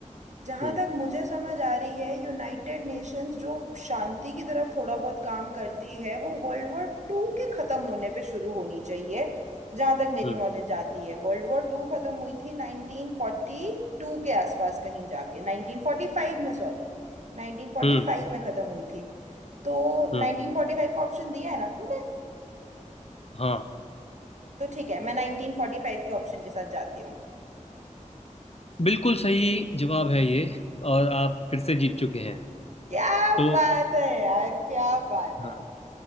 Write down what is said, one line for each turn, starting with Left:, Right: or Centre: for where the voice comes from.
Right: जहां
Left: हम्म
Right: तक मुझे समझ आ रही है यूनाइटेड नेशंस जो शांति की तरफ थोड़ा बहुत काम करती है वो वर्ल्ड वॉर टू के खत्म होने पे शुरू होनी चाहिए जहां तक मेरी
Left: हम्म
Right: नॉलेज जाती है वर्ल्ड वॉर टू खत्म हुई थी 1942 के आसपास कहीं जाके 1945 में सॉरी 1945
Left: हम्म
Right: में खत्म हुई थी तो
Left: हम्म,
Right: 1945 का ऑप्शन दिया है ना तुमने
Left: हाँ
Right: तो ठीक है मैं 1945 के ऑप्शन के साथ जाती हूँ।
Left: बिल्कुल सही जवाब है ये और आप फिर से जीत चुके हैं
Right: क्या
Left: तो
Right: बात है यार क्या बात है
Left: हाँ